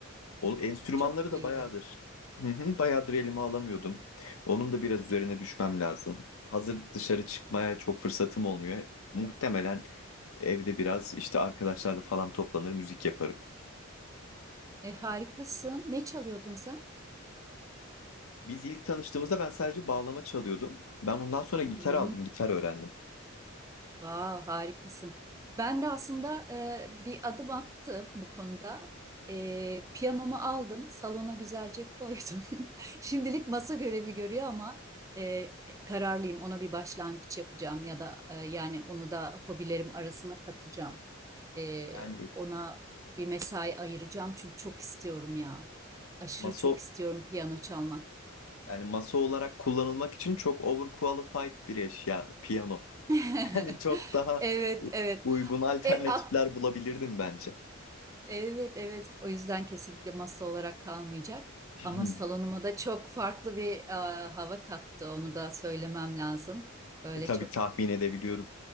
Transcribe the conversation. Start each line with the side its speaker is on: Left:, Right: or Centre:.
Left: O enstrümanları
Right: Çok iyi.
Left: da bayağıdır. Hı hı, bayağıdır elime alamıyordum. Onun da biraz üzerine düşmem lazım. Hazır dışarı çıkmaya çok fırsatım olmuyor. Muhtemelen evde biraz işte arkadaşlarla falan toplanır müzik yaparım.
Right: E, harikasın. Ne çalıyordun sen?
Left: Biz ilk tanıştığımızda ben sadece bağlama çalıyordum. Ben ondan sonra gitar
Right: Hı hı.
Left: aldım, gitar öğrendim.
Right: Vav, harikasın. Ben de aslında e, bir adım attım bu konuda. E, piyanomu aldım, salona güzelce koydum. <laughs> Şimdilik masa görevi görüyor ama e, kararlıyım ona bir başlangıç yapacağım ya da e, yani onu da hobilerim arasına katacağım. Ee,
Left: Yani
Right: ona bir mesai ayıracağım çünkü çok istiyorum ya. Aşırı
Left: masa
Right: çok istiyorum piyano çalmak.
Left: yani masa olarak kullanılmak için çok overqualified bir eşya piyano.
Right: <laughs>
Left: Yani çok daha
Right: Evet,
Left: u-
Right: evet.
Left: uygun alternatifler
Right: E, ak-
Left: bulabilirdin bence.
Right: evet, evet. O yüzden kesinlikle masa olarak kalmayacak.
Left: <laughs>
Right: Ama salonuma
Left: <clears throat>
Right: da çok farklı bir e, hava kattı. Onu da söylemem lazım. Böyle
Left: E tabii
Right: çok
Left: tahmin edebiliyorum.